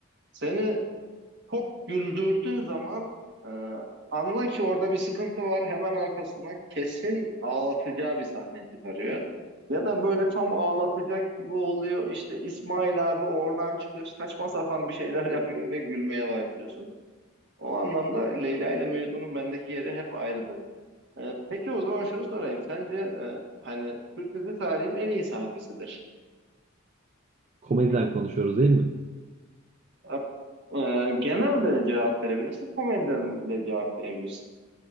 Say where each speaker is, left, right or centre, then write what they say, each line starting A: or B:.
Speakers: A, on the right (about 60°); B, on the right (about 35°).
A: seni çok güldürdüğü zaman e, anla ki orada bir sıkıntı var. Hemen arkasından kesin ağlatacağı bir sahne çıkarıyor. Ya da böyle tam ağlatacak gibi oluyor. İşte İsmail abi oradan çıkıyor. Saçma sapan bir şeyler <laughs> yapıyor ve gülmeye başlıyorsun. O anlamda Leyla ile Mecnun'un bendeki yeri hep ayrıdır. E, peki o zaman şunu sorayım. Sence e, hani Türk dizi tarihinin en iyisi hangisidir?
B: Komediden konuşuyoruz değil mi?
A: E, e, genel de cevap verebilirsin. Komediden de cevap verebilirsin.